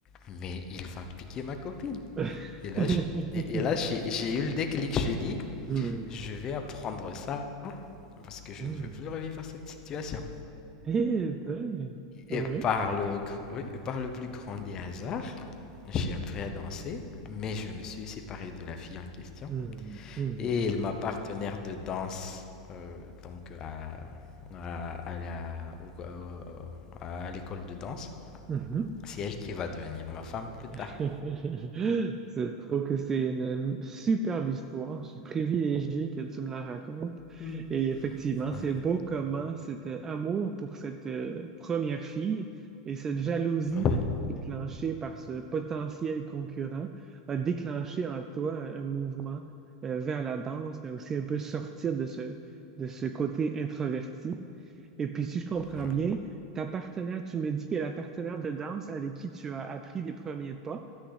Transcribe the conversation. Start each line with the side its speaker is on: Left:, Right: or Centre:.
Left: mais il va me piquer ma copine.
Right: <laughs>
Left: Et là, je- et, et là j'ai j'ai eu le déclic, j'ai dit,
Right: Hmm.
Left: je vais apprendre ça parce que je
Right: Hmm.
Left: ne veux plus revivre cette situation.
Right: Eh ben,
Left: Et
Right: ouais.
Left: par le, gr- oui, par le plus grand des hasards, j'ai appris à danser, mais je me suis séparé de la fille en question.
Right: Hmm. Hmm.
Left: Et elle- ma partenaire de danse, euh, donc à, à, à la- au- au- à l'école de danse,
Right: Mhm.
Left: C'est elle qui va devenir ma femme plus tard.
Right: <laughs> Je trouve que c'est une superbe histoire. Je suis privilégié que tu me la racontes.
Left: Hmm.
Right: Et effectivement,
Left: Ouais.
Right: c'est beau comment cet euh, amour pour cette euh, première fille et cette jalousie
Left: Ouais.
Right: déclenchée par ce potentiel concurrent a déclenché en toi un mouvement euh, vers la danse, mais aussi un peu sortir de ce, de ce côté introverti. Et puis, si je comprends
Left: Ouais.
Right: bien, ta partenaire, tu me dis que la partenaire de danse avec qui tu as appris les premiers pas,